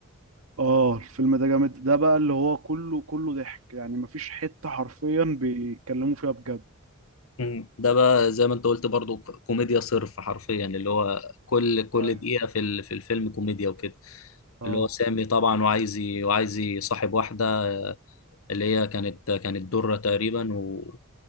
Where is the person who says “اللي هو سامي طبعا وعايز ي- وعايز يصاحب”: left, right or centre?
Left